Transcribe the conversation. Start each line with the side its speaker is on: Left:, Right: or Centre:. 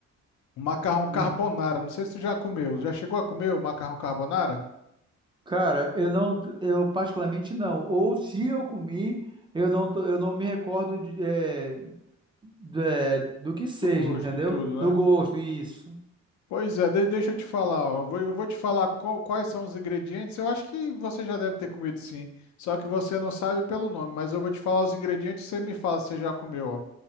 Left: O macarrão
Right: Sim.
Left: carbonara. Não sei se tu já comeu. Já chegou a comer o macarrão carbonara?
Right: Cara, eu não, eu particularmente não. Ou se eu comi, eu não, tô- eu não me recordo de, é, é, do que seja,
Left: Do gosto
Right: entendeu?
Left: e tudo,
Right: Do
Left: né?
Right: gosto, isso.
Left: Pois é, de- deixa eu te falar. ó. Eu vou, eu vou te falar qual- quais são os ingredientes. Eu acho que você já deve ter comido sim. Só que você não sabe pelo nome, mas eu vou te falar os ingredientes e você me fala se você já comeu. ó.